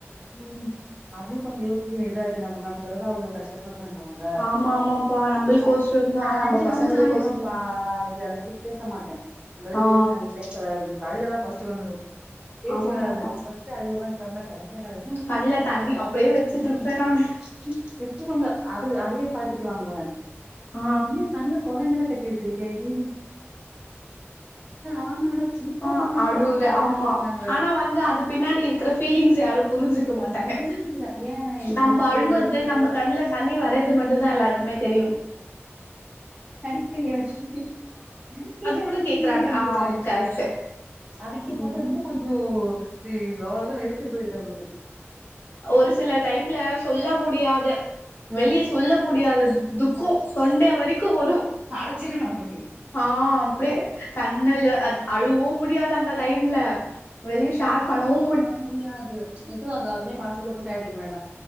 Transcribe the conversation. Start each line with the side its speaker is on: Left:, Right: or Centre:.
Right: உம் அது கொஞ்சம் யோசிக்க வேண்டியதா இருக் நம அதான் அவுங்க கஷ்டப்படுறாங்க
Left: ஆமா ஆமாப்பா நம்மளுக்கோசரோ தா
Right: நான்
Left: நம்ம
Right: அஞ்சு கம்முன்
Left: பசங்களுக்கோசரோ
Right: ஆயிடுவேன்ப்பா
Left: தா
Right: நான் அந்த அளவுக்கு பேச மாட்டேன் அந்த அளவுக்குற்க
Left: ஆ
Right: நம பேச வராது அதுதான் அ ஃபஸ்ட் வந்துர பேச்சு
Left: ஆமா
Right: வராது
Left: ஆமாப்பா
Right: ஃபர்ஸ்ட் அது தெரில
Left: கண்ல தண்ணி அப்டியே
Right: ப்ப
Left: வச்சுட்டு
Right: <inaudible>
Left: இருப்பே நானு
Right: விட்டுங்க அது அதுவே திட்டு வாங்க போறேன்
Left: ஆ
Right: என்ன தண்ணல குழைங்க <unintelligible> ஆனோட சீப்போன்னவன்ற
Left: ஆஹ் அடுற
Right: அதுக்குள்ளயே கண்ல
Left: ஆமா
Right: கொட்னான்வாரு
Left: ஆனா வந்து அது பின்னாடி இருக்கிற பீலிங்ஸ் யாரும் புரிஞ்சுக்க மாட்டாங்க
Right: புரிஞ்சுக்கல ஏ இது
Left: நம்ம
Right: இருக்கு
Left: அழுவறது நம்ம கண்ணுல தண்ணி வர்றது மட்டும்தான் எல்லாருக்குமே தெரியும்
Right: இங்க எங்கையாச்சு நடிக்கிறிய
Left: கூட
Right: நீ
Left: கேக்குறாங்க
Right: அப்படின்னுருவா
Left: ஆ கரெக்ட்
Right: அது கேட்ட
Left: ம்
Right: வந்து கொஞ்சோ ம் அவ்ளதான் வெறுத்து போயிடும் நம்ளுக்கு
Left: ஒரு சில டைம்ல சொல்ல முடியாத வெளிய சொல்ல முடியாத துக்கோ தொண்டைய வரை க்கு வரு
Right: அடச்சிரு நம்மளுக்கு
Left: ஆஹ் அப்டியே கண்ணுல அத் அழுவவு முடியாது அந்த டைம்ல வெளிய ஷேர்
Right: ம
Left: பண்ணவு
Right: ம முடியாது நெஜமா அது அப்டியே மனசுக்குள்ள <unintelligible>